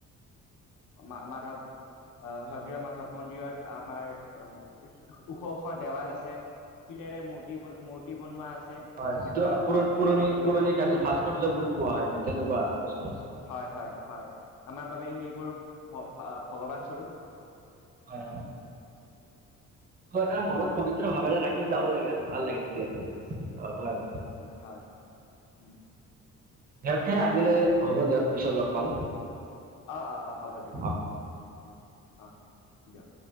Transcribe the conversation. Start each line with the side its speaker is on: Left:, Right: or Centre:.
Left: মা মাধৱ আহ হগ্ৰীয় মাধৱ মন্দিৰত আমাৰ আহ ওখ- ওখ দেৱাল আছে। শিলেৰে মূৰ্তি বনোৱা আছে।
Right: হয়
Left: যিবিলাক
Right: যিটো প
Left: আহ
Right: পুৰণি
Left: আমাৰ বাবে
Right: পুৰণি
Left: ভক-
Right: কাৰ্য ভাস্কৰ্য বুলি কোৱা হয় তেনেকুৱা বস্তু আছে।
Left: হয় -হয়। আমাৰ বাবে সেইবোৰ ভগৱান স্বৰূপ।
Right: হয় হয় এটা মনত পবিত্ৰ ভাৱেৰে ৰাখি যাব লাগে আৰু ভাল লাগে তেতিয়া। অ' হয়।
Left: উ হয় উম।
Right: সতে <unintelligible> আজিলে হ'ব দিয়ক পিছত লগ পাম।
Left: অ -অ -অ হ'ব দিয়ক
Right: অ
Left: উ অ দিয়ক।